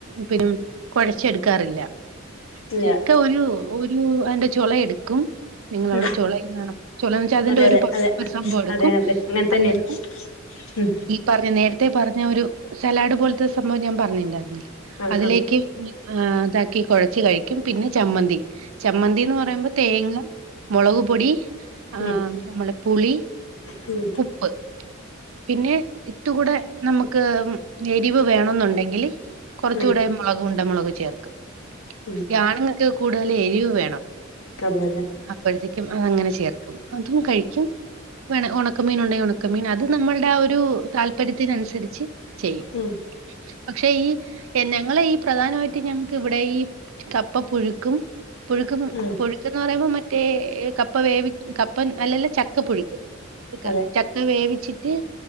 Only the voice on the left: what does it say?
ഇല്ല
ഉം
അതെ
അതെ അതെ
അതെ അങ്ങനത്തെ അങ്ങനെ തന്നെയാണ്
ഉം
ആഹ്
ആഹ്
ഉം
ഉം
ഉം
ഉം
അതെ അതെ
ഉം
ഉം
അതെ